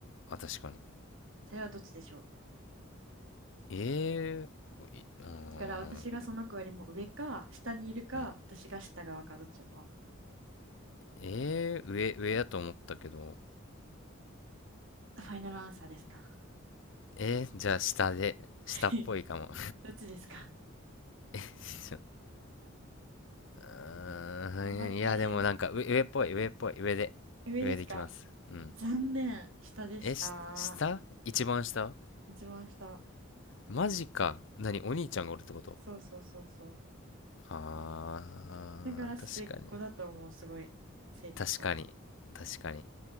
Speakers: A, on the left; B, on the right.
A: あ、確かに。
B: それはどっちでしょう
A: えー、いあー
B: だから私がその子よりも上か、下にいるか、
A: うん。
B: 私が下側か、どっちだと思う。
A: えー、上、上やと思ったけど。
B: あファイナルアンサーですか
A: えー、じゃあ下で、
B: <laughs>
A: 下っぽいかも。
B: どっちですか
A: <laughs> うーん、
B: 頑張って。
A: いや、でもなんか上、上っぽい、上っぽい、上で、
B: 上ですか
A: 上でいきます。うん。
B: 残念。下でした。
A: え、し、下一番下
B: 一番下。
A: マジか。何お兄ちゃんがおるってこと
B: そうそうそうそ
A: あー、
B: う。だから末っ子だと思う、
A: 確かにね。
B: すごい、性格は。
A: 確かに。確かに。